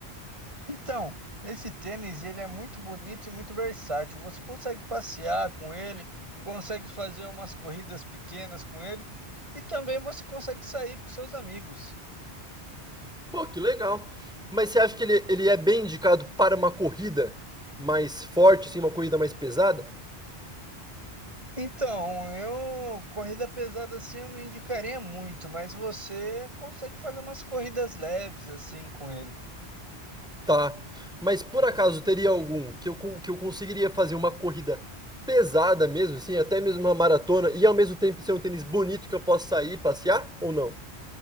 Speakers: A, on the right; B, in the centre.
A: Então, esse tênis ele é muito bonito e muito versátil. Você consegue passear com ele, consegue fazer umas corridas pequenas com ele e também você consegue sair com seus amigos.
B: Pô, que legal. Mas você acha que ele, ele é bem indicado para uma corrida mais forte, assim, uma corrida mais pesada?
A: Então, eu corrida pesada assim eu não indicaria muito, mas você consegue fazer umas corridas leves assim com ele.
B: Tá. Mas por acaso teria algum que eu, con- que eu conseguiria fazer uma corrida pesada mesmo, assim, até mesmo uma maratona, e ao mesmo tempo ser um tênis bonito que eu possa sair, e passear ou não?